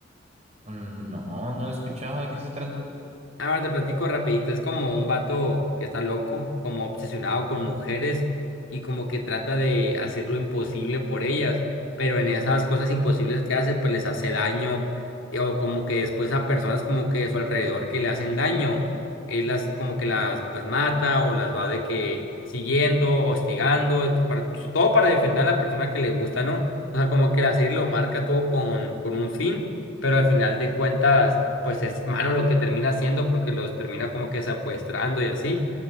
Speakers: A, on the right; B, on the left.
A: Mm, No, no lo he escuchado, ¿de qué se trata?
B: Ahora te platico rapidito, es como un vato que está loco, como obsesionado con mujeres y como que trata de hacer lo imposible por ellas, pero en esas cosas imposibles que hace, pues les hace daño eh, o como que después a personas como que de su alrededor que le hacen daño, él las como que las, las mata o las va de que siguiendo, hostigando, para- todo para defender a la persona que le gusta, ¿no? O sea, como que la serie lo marca todo con, con un fin, pero al final de cuentas pues es malo lo que termina haciendo porque los termina como que secuestrando y así.